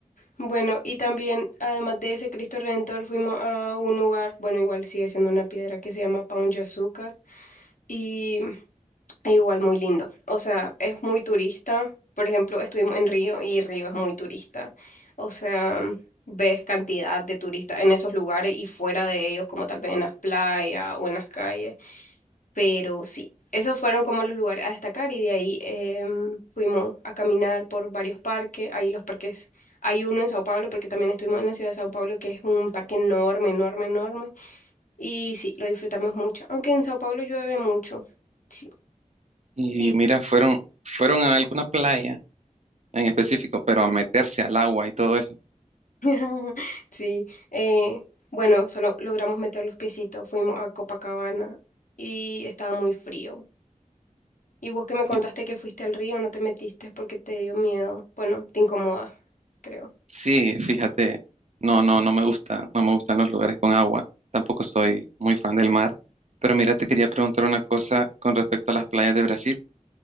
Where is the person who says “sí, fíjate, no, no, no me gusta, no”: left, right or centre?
Right